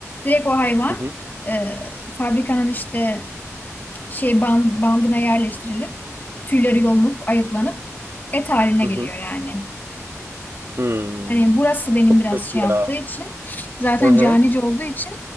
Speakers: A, on the left; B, on the right.
A: direkt o hayvan
B: hı hı
A: e, fabrikanın işte şey ban- bandına yerleştirilip tüyleri yolunup ayıklanıp et haline
B: hı
A: geliyor
B: hı.
A: yani.
B: Hmm.
A: Hani burası benim
B: Çok
A: biraz
B: kötü
A: şey
B: ya.
A: yaptığı için zaten
B: Hı hı
A: canice olduğu için